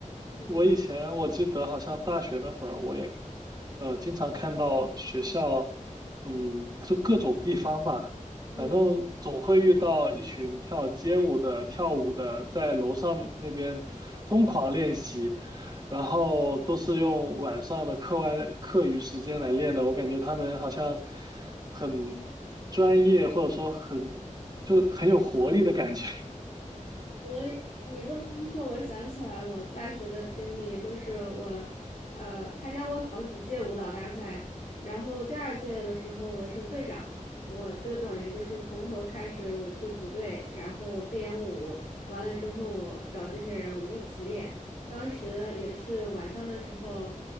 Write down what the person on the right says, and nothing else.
我以前我记得好像大学那会儿，我也呃经常看到学校，嗯，就各种地方吧，
反正总会遇到一群跳街舞的、跳舞的，在楼上那边疯狂练习，然后都是用晚上的课外课余时间来练的。我感觉他们好像很专业，或者说很就很有活力的感觉。<laughs>